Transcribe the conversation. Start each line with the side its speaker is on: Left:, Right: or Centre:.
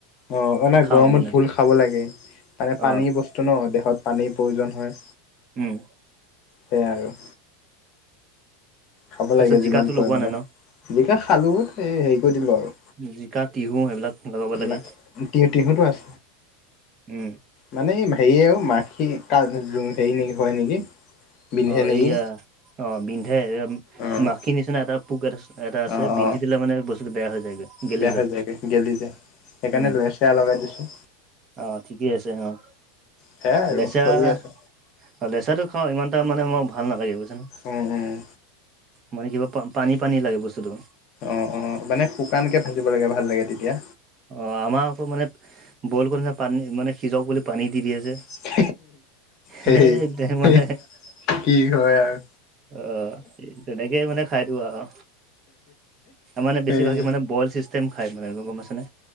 Left: অ অ নে
Right: খাওঁ
Left: গৰমত
Right: মানে
Left: ভুল
Right: মই
Left: খাব লাগে মানে পানীৰ
Right: অ'
Left: বস্তু ন দেহত পানীৰ প্ৰয়োজন হয়।
Right: উম।
Left: সেইয়াই আৰু। খাব
Right: তাৰপিছত
Left: লাগে
Right: জিকাটো
Left: যিমান
Right: লগোৱা
Left: পৰিমাণে
Right: নাই ন
Left: যিকা খালো সেই হেৰি কৰি দিলো আৰু।
Right: জিকা তিহু সেইবিলাক। লগাব লাগে
Left: না টি টিহুতো আছ।
Right: উম
Left: মানে হেৰি আৰু মাখি হেৰি নে হয় নেকি। বিন্ধে
Right: অ'
Left: নেকি।
Right: এইয়া অ' বিন্ধাই <inaudible>
Left: অ',
Right: মাখিৰ নিচিনা এটা। পোক এটা এটা আছে
Left: অ', অ',
Right: বিন্ধি দিলে মানে বস্তুটো বেয়া হৈ যায়গৈ। গেলি
Left: বেয়া
Right: যায়
Left: হৈ যায়গৈ গেলি যায় সেইকাৰণে
Right: উম
Left: লচেয়া লগাই দিছোঁ।
Right: অ' ঠিকেই আছে অ'
Left: সেয়াই আৰু
Right: বেচাৰা।
Left: চলি আছে।
Right: অ লেচা খওঁ ই এটা মানে মই ভালাগ বুজিচানে।
Left: ওম ওম।
Right: মানে কিবা প পানী পানী লাগে বস্তুতটো।
Left: অঁ অঁ মানে শুকানকৈ ভাজিব লাগে ভাল লাগে তেতিয়া।
Right: অ' আমাৰ আকৌ মানে বইল কৰি পানী মানে সিজক বুলি পানী দি দিয়ে যে।
Left: <inaudible>
Right: সেই
Left: হেই হে
Right: মানে
Left: কি হয় আৰু।
Right: অ' তেনেকে মানে খাই দিও আও। তাৰ মানে
Left: সেই
Right: বেছিভাগে মানে বইল চিষ্টেম খাই মানে গম পাইছানে।